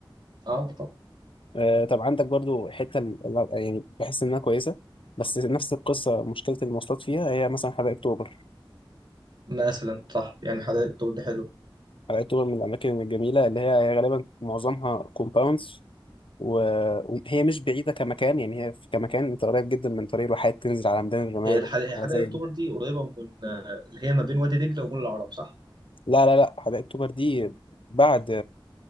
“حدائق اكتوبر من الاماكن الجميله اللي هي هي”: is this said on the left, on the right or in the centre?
Left